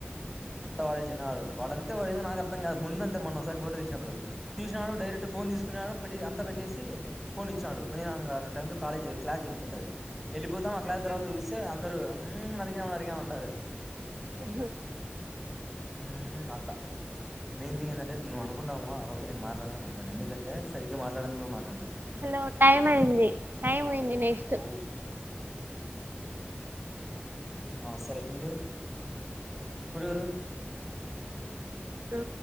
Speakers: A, in the centre; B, on the right (about 55°).
A: అంతా వాడే చిన్నగాడు వాడంతే వడేందో నాకు అర్థం కాదు ముందు అంతే మొన్న ఓసారి ఫోటో తీసినప్పుడు తీసినాడు డైరెక్ట్ ఫోన్ తీసుకునాడు పెట్టి అంతా పెట్టేసి ఫోన్ ఇచ్చానాడు నేను ఇంకా అట టైంలో కాలేజ్ క్లాస్ జరుగుతుంటది ఎళ్ళిపోతాం ఆ క్లాస్ తర్వాత చూస్తే అందరూ హ్మ్మ్ నరికినావ్ నరికినావ్ అంటారు
B: ఉహుమ్
A: ఉమ్ అట్లా మెయిన్ థింగ్ ఏందంటే నువ్వు అనుకుంటావుగా ఆరోజే నేను మాట్లాడను కూడా మాట్లాడను ఎందుకంటే సరిగ్గా మాట్లాడింది కూడా మాట్లాడాను నేను
B: హలో టైం అయింది టైం అయింది నెక్స్ట్
A: అవు ఆ సరే ఉండు ఇప్పుడు ఎవురు
B: ఆ